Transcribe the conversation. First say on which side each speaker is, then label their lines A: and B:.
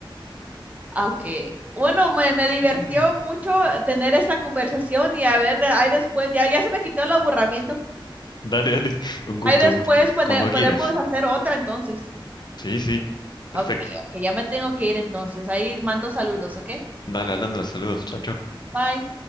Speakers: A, on the right; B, on the left.
A: Ok. Bueno, me, me divertió
B: <clears throat>
A: mucho tener esa conversación y a ver, ahí después, ya, ya se me quitó el aburrimiento.
B: Dale, dale, <laughs> un gusto,
A: Ahí después
B: un gusto.
A: pone-
B: Cuando
A: podemos
B: quieras.
A: hacer otra entonces.
B: Sí, sí, perfecto.
A: Ok, ok, ya me tengo que ir entonces. Ahí mando saludos, ¿ok?
B: Dale, Alondra, saludos. Chao, chao.
A: Bye.